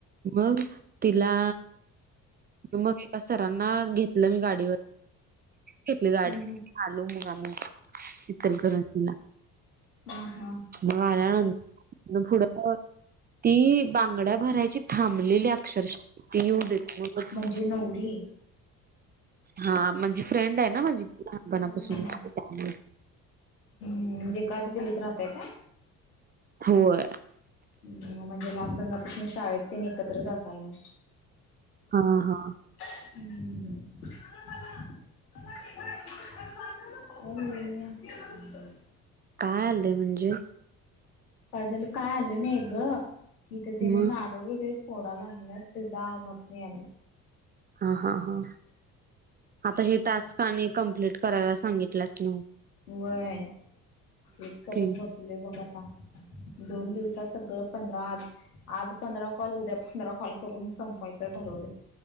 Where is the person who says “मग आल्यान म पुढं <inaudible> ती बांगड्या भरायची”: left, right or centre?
Right